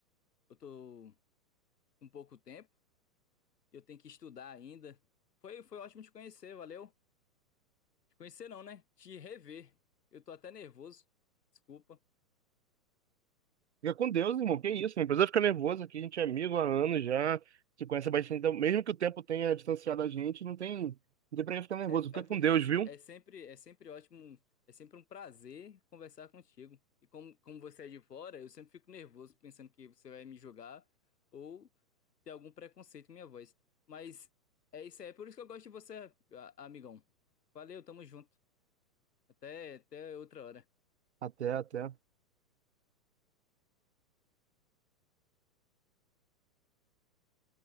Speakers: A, on the left; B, on the right.
A: eu tô com pouco tempo. Eu tenho que estudar ainda. Foi, foi ótimo te conhecer, valeu. Te conhecer não, né? Te rever. Eu tô até nervoso. Desculpa.
B: Fica com Deus, irmão. Que isso, não precisa ficar nervoso aqui. A gente é amigo há anos já, se conhece há bastante. Então, mesmo que o tempo tenha distanciado a gente, não tem, não tem pra que ficar nervoso.
A: É,
B: Fica
A: é porque
B: com Deus,
A: é,
B: viu?
A: é sempre é sempre ótimo, é sempre um prazer conversar contigo. E como, como você é de fora, eu sempre fico nervoso pensando que você vai me julgar ou ter algum preconceito com minha voz. Mas é isso aí, é por isso que eu gosto de você, a- amigão. Valeu, tamo junto. Até, até outra hora.
B: Até, até.